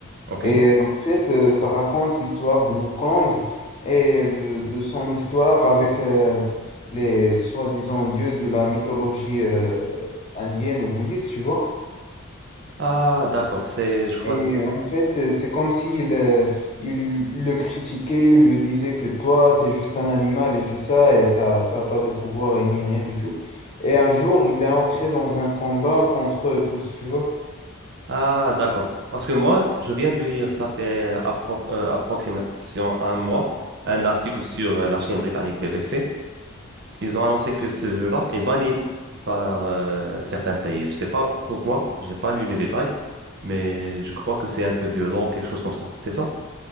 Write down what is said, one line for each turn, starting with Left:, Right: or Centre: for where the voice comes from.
Right: ok.
Left: Et euh, en fait, euh, ça raconte l'histoire de Wukong et de, de son histoire avec euh, les soi-disant dieux de la mythologie euh, indienne ou bouddhiste, tu vois?
Right: Ah, d'accord, c'est, je crois,
Left: Et euh, en fait, euh, c'est comme s'il euh, il le critiquait, il le disait que toi, t'es juste un animal et tout ça, et t'as t'as pas de pouvoir et ni rien du tout. Et un jour, il est entré dans un combat contre eux tous, tu vois.
Right: Ah, d'accord. Parce que moi, je viens de lire, ça fait euh, appro- euh, approximation un mois, un article sur euh, la chaîne britannique BBC. Ils ont annoncé que ce jeu-là est banni par euh, certains pays. Je sais pas pourquoi, j'ai pas lu les détails, mais je crois que c'est un peu violent, quelque chose comme ça. C'est ça?